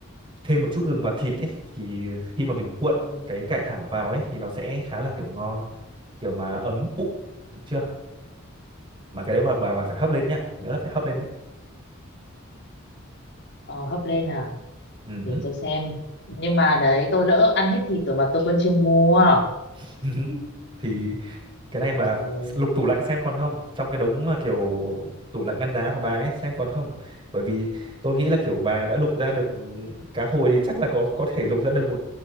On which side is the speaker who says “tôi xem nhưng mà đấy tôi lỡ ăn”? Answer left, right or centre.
Left